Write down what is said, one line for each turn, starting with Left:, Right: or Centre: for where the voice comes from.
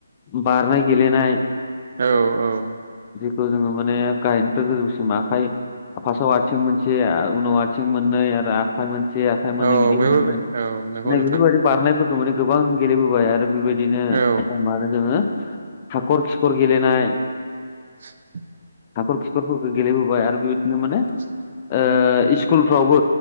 Left: बारनाय गेलेनाय
Right: औ औ
Left: थ' जोङो माने गायनोथ' गोजौसि माखाय फासआव आथिं मोनसे उनाव आथिं मोननै आरो आखाइ मोनसे ए आखाइ मोननै
Right: औ
Left: बिदि
Right: बयबो
Left: होलांनाय
Right: औ नंगौ
Left: माने
Right: नोंथां
Left: बेफोरबायदि बारनायफोरखौ माने गोबां गेलेबोबाय आरो बेबायदिनो
Right: औ
Left: मानो जोङो हाखर खिखर गेलेनाय
Right: <inaudible>
Left: हाखर खिखरफोरखौ गेलेबोबाय आरो बेबायदिनो माने
Right: <inaudible>
Left: ओ स्कुलफ्रावबो